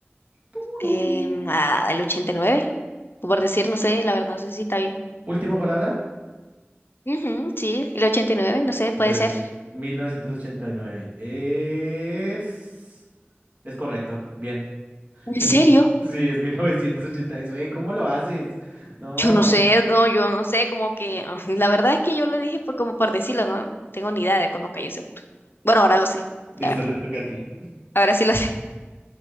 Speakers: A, on the right; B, on the left.
A: Tururú.
B: Em, ah, el 89, o por decir, no sé, la verdad, no sé si está bien.
A: Última palabra.
B: Ujú, sí, el 89, no sé,
A: Entonces,
B: puede ser.
A: 1989 es... Es correcto, bien.
B: ¿En
A: <laughs>
B: serio?
A: Sí, es mil novecientos ochenta y nueve ¿Cómo lo haces? No.
B: Yo no sé, no, yo no sé, como que, <laughs> la verdad es que yo lo dije por, como por decirlo, no tengo ni idea de cuándo cayó ese muro. Bueno, ahora lo sé,
A: Listo,
B: la verdad,
A: te toca a ti.
B: ahora sí lo sé.